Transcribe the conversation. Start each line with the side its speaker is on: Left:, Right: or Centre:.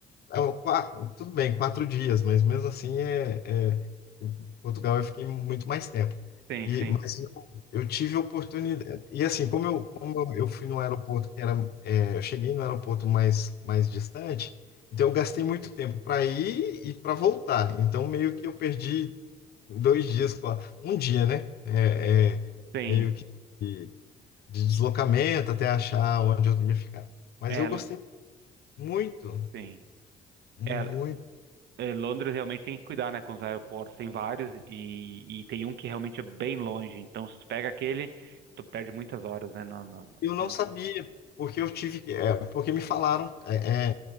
Left: é um- ah, tudo bem, quatro dias, mas mesmo assim é, é- em Portugal eu fiquei muito mais tempo.
Right: sim,
Left: E,
Right: sim,
Left: mas eu, eu tive oportunidade. E assim, como eu, como eu fui no aeroporto que era, é, eu cheguei no aeroporto mais, mais distante, então eu gastei muito tempo para ir e para voltar. Então meio que eu perdi dois dias, qua- um dia, né? É, é,
Right: sim.
Left: meio que de de deslocamento até achar onde eu ia ficar. Mas
Right: É,
Left: eu gostei muito,
Right: sim.
Left: muito.
Right: É, é, Londres realmente tem que cuidar, né, com os aeroportos. Tem vários e, e tem um que realmente é bem longe. Então, se tu pega aquele, tu perde muitas horas, né? No, no, no-
Left: Eu não
Right: no-
Left: sabia, porque eu tive que. é, porque me falaram. é, é,